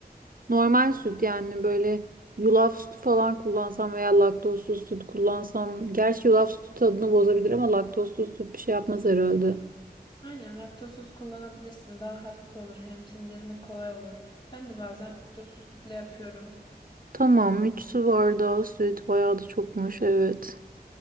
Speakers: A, on the right (about 60°); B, on the left (about 25°).
A: Normal süt yani böyle yulaf sütü falan kullansam veya laktozsuz süt kullansam. Gerçi yulaf sütü tadını bozabilir ama laktozsuz süt bir şey yapmaz herhalde.
B: Aynen laktozsuz kullanabilirsin. Daha hafif olur hem sindirimi kolay olur. Ben de bazen laktozsuz sütle yapıyorum.
A: Tamam, 3 su bardağı süt bayağı da çokmuş evet.